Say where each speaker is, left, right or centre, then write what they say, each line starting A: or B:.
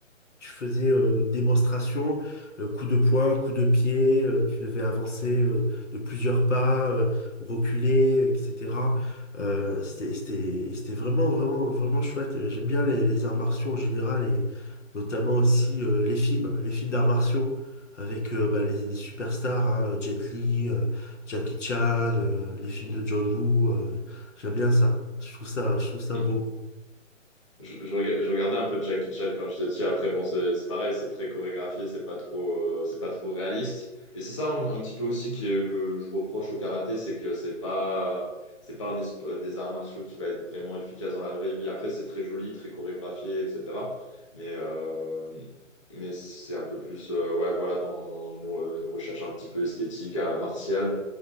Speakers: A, on the left (about 65°); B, on the left (about 25°).
A: Tu faisais euh, une démonstration, euh, coup de poing, coup de pied, euh, tu devais avancer euh, de plusieurs pas, euh, reculer, etc. Euh, c'était, c'était, c'était vraiment, vraiment, vraiment chouette. Euh, J'aime bien les, les arts martiaux en général et notamment aussi euh, les films, les films d'arts martiaux avec euh, bah, les, les superstars, hein, Jet Li, euh, Jackie Chan, euh, les films de John Woo. euh, j'aime bien ça. Je trouve ça, je trouve ça
B: Mhm.
A: beau.
B: Je, je rega- je regardais un peu de Jackie Chan quand j'étais petit. Après, bon, c'est c'est pareil, c'est très chorégraphié, c'est pas trop, euh, c'est pas trop réaliste. Et c'est ça un, un petit peu aussi que, que je reproche au karaté, c'est que c'est pas, c'est pas un des, spo- des arts martiaux qui va être vraiment efficace dans la vraie vie. Après, c'est très joli, très chorégraphié, etc. Mais, euh, mais c'est un peu plus, euh, ouais, voilà, dans nos une recherche un petit peu esthétique, à martiale,